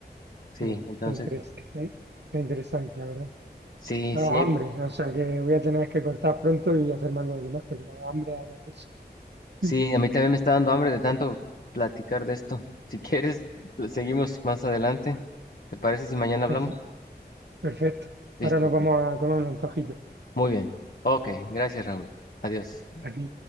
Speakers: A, on the left; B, on the right.
A: sí,
B: bueno,
A: entonces,
B: está, interes- está- está interesante, la verdad.
A: sí,
B: Me
A: sí,
B: ha dado hambre,
A: hay-
B: o sea que voy a tener que cortar pronto y hacerme algo más, porque me ha dado hambre de hablar de eso.
A: sí,
B: Mm,
A: a mí también me está dando hambre de tanto platicar de esto. Si quieres, seguimos más adelante. ¿Te parece si mañana hablamos?
B: perfe- Perfecto.
A: Listo,
B: Ahora nos
A: pues.
B: vamos a comer un antojito.
A: Muy bien. Ok, gracias, Raúl. Adiós.
B: Aquí.